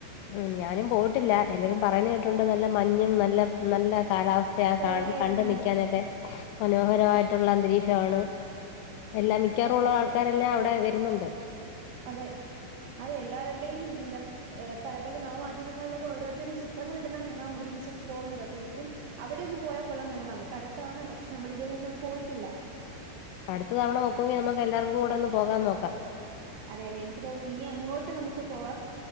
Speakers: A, on the left; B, on the right.
A: ഉം ഞാനും പോയിട്ടില്ല എല്ലരും പറയുന്ന കേട്ടിട്ടൊണ്ട് നല്ല മഞ്ഞും നല്ല നല്ല കാലാവസ്ഥ സ്ഥയാ
B: കോട
A: കാണ് കണ്ട്നിക്കാനൊക്കെ
B: ഇറങ്ങൂന്നൊക്കെ
A: മനോഹരവായിട്ടുള്ള അന്തരീക്ഷവാണ് എല്ലാം മിക്കാറുള്ള
B: അതെ അതെ
A: ആൾക്കാരെല്ലാം അവിടെ വെരുന്നൊണ്ട്
B: അതെ അതെ എല്ലാവരുടെയും ന്താ പല പല നവമാധ്യമങ്ങളിലൊക്കെ ഓരോത്തരും ചിത്രങ്ങൾ ഇടുന്നകാണാം ഒരുമിച്ചൊക്കെ പോവുന്നതൊക്കെ എനിക്കും അവിടെയൊന്ന് പോയാകൊള്ളാന്നൊണ്ട് നമ്ക്കടുത്താണ് പക്ഷെ നമ്മൾ ഇതുവരെ ഒന്നുവങ് പോയിട്ടില്ലല്ലോ
A: അടുത്ത തവണ ഒക്കുവെങ്കി നമുക്കെല്ലാർക്കും കൂടൊന്ന് പോകാൻ നോക്കാം
B: അതെ അതെ എനിക്ക് തോന്നുന്നു ഇനി അങ്ങോട്ട് നമുക്ക് പോവാം